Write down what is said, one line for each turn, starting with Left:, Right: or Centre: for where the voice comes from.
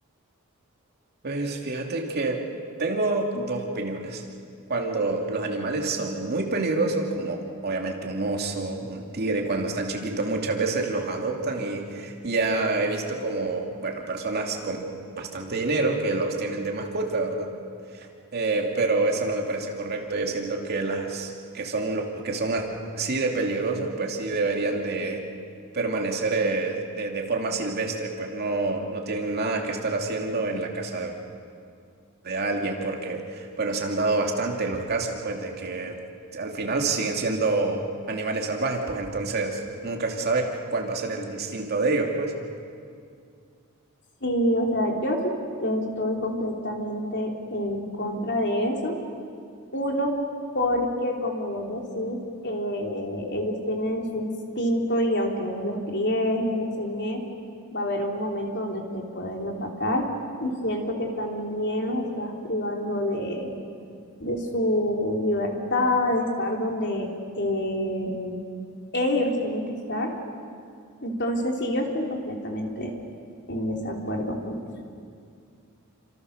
Right: Pues fíjate que tengo dos opiniones. Cuando los animales son muy peligrosos, como obviamente un oso, un tigre, cuando están chiquitos muchas veces los adoptan y y ya he visto como, bueno, personas con bastante dinero que los tienen de mascota, ¿verdad? Eh, pero eso no me parece correcto. Yo siento que las que son los que son a- así de peligrosos, pues sí deberían de permanecer eh, de, de forma silvestre, pues no, no tienen nada que estar haciendo en la casa de alguien, porque, bueno, se han dado bastante los casos, pues, de que al final siguen siendo animales salvajes, pues entonces nunca se sabe cuál va a ser el instinto de ellos, pues.
Left: Sí, o sea, yo sí estoy completamente en contra de eso. Uno, porque como vos decís, eh, ellos tienen su instinto y aunque vos los críes, les enseñes, va a haber un momento donde te pueden atacar. Y siento que también los estás privando de, de su libertad, de estar donde eh, ellos tienen que estar. Entonces, sí, yo estoy completamente en desacuerdo con eso.